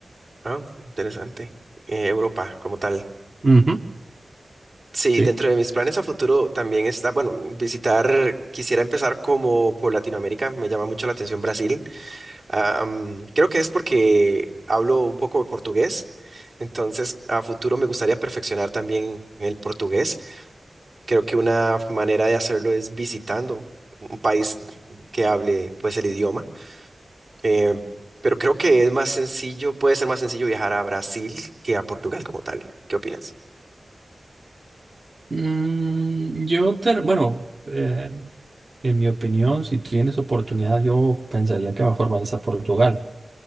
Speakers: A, on the right; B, on the right.
A: Ah, interesante. Eh, Europa como tal.
B: Ujú,
A: Sí,
B: sí.
A: dentro de mis planes a futuro también está, bueno, visitar, quisiera empezar como por Latinoamérica, me llama mucho la atención Brasil. Ah, mm, creo que es porque hablo un poco de portugués, entonces a futuro me gustaría perfeccionar también el portugués. Creo que una manera de hacerlo es visitando un país que hable pues el idioma. Eh, pero creo que es más sencillo, puede ser más sencillo viajar a Brasil que a Portugal como tal. ¿Qué opinas?
B: Mm, yo, te- bueno, eh, en mi opinión, si tienes oportunidad, yo pensaría que mejor vayas a Portugal.